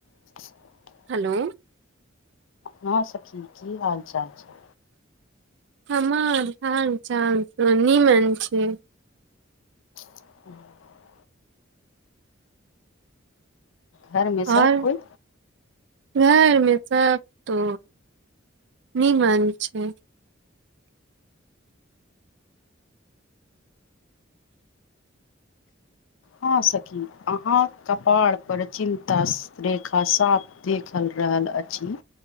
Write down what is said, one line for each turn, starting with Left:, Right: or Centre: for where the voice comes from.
Left: <inaudible>
Right: Hello
Left: हँ सखी की हालचाल छै
Right: हमर हाल चाल त निमन छै
Left: ह। घर मे सभ
Right: और
Left: कोइ।
Right: घर मे सभ तो नीमन छै।
Left: हँ, सखी अहाँ कपाड़ पर चिन्ता रेखा साफ देखलऽ रहल अछि।